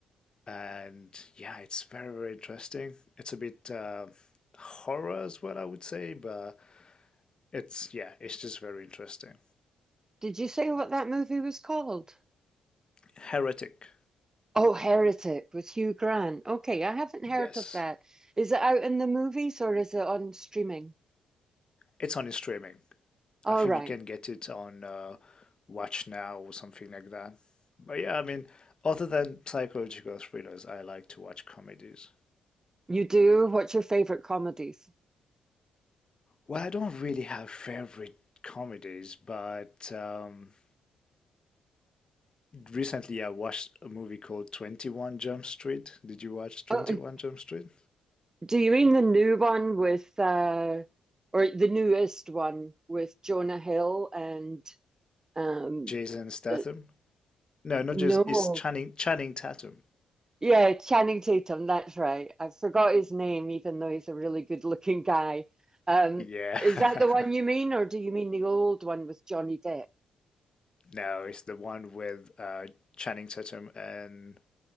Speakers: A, on the left (about 35°); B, on the right (about 20°).
A: And yeah, it's very, very interesting. It's a bit uh, horror, is what I would say, but it's, yeah, it's just very interesting.
B: Did you say what that movie was called?
A: Heretic,
B: Oh, Heretic with Hugh Grant. Okay, I haven't
A: yes.
B: heard of that. Is it out in the movies or is it on streaming?
A: It's on streaming.
B: All
A: I think
B: right.
A: you can get it on uh, Watch Now or something like that. But yeah, I mean, other than psychological thrillers, I like to watch comedies.
B: You do? What's your favorite comedies?
A: Well, I don't really have favorite comedies, but um, recently I watched a movie called 21 Jump Street. Did you watch 21
B: Oh,
A: Jump Street?
B: do you mean the new one with uh or the newest one with Jonah Hill and um
A: Jason Statham?
B: the,
A: No, not
B: no.
A: just, it's Channing, Channing Tatum.
B: Yeah, Channing Tatum, that's right. I forgot his name even though he's a really good-looking guy. Um
A: Yeah.
B: is
A: <laughs>
B: that the one you mean or do you mean the old one with Johnny Depp?
A: No, it's the one with uh, Channing Tatum and